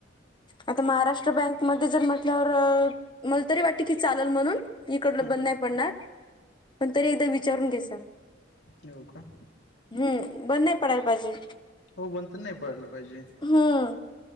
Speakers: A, on the left; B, on the left.
A: आता महाराष्ट्र बँकमध्ये जर म्हटल्यावर मला तरी वाटते. की चालेल म्हणून इकडलं
B: हम्म
A: बंद नाही, पडणार पण तरी एकदा विचारून घे.
B: येऊ का.
A: हम्म, बंद नाही पडायला पाहिजे.
B: हो बन तर नाही पडायला पाहिजे.
A: हम्म